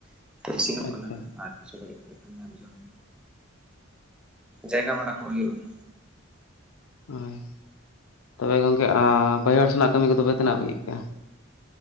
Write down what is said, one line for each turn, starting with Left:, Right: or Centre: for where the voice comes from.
Centre: ᱤᱥᱤᱱᱚᱜ
Left: ᱟᱪᱪᱷᱟ
Centre: ᱠᱟᱱᱟ ᱟᱨ ᱠᱤᱪᱷᱩ ᱜᱷᱟᱹᱲᱤᱡ ᱯᱚᱨᱮ ᱠᱷᱟᱱ ᱜᱮ ᱡᱚᱢᱼᱼ ᱡᱟᱭᱜᱟ ᱵᱟᱲᱟ ᱠᱚᱜ ᱦᱳᱭᱳᱜᱼᱟ᱾
Left: ᱦᱳᱭ ᱛᱚᱵᱮ ᱜᱚᱢᱠᱮ ᱵᱟᱹᱭᱦᱟᱹᱲ ᱥᱮᱱᱟᱜ ᱠᱟᱹᱢᱤ ᱠᱚᱫᱚᱯᱮ ᱛᱤᱱᱟᱹᱜ ᱵᱤᱜ ᱠᱟᱜᱼᱟ?